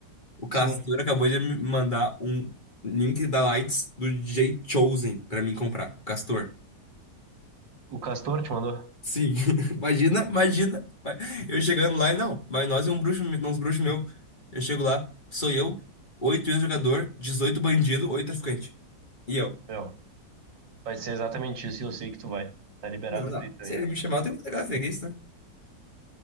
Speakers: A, on the left (about 25°); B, on the right (about 85°).
A: O Castor
B: Sim.
A: acabou de me mandar um link da Lights do DJ Chosen pra mim comprar. O Castor.
B: O Castor te mandou?
A: Sim, <laughs> imagina, imagina. Vai- Eu chegando lá, e não, vai nós e um bruxo, uns bruxos meu. Eu chego lá, sou eu, oito ex-jogador, 18 bandido, oito traficante. E eu.
B: Meu, vai ser exatamente isso e eu sei que tu vai. Tá liberado
A: Não, não,
B: o Twitter também,
A: se ele
B: tá?
A: me chamar, eu tenho que pegar, que isso, né?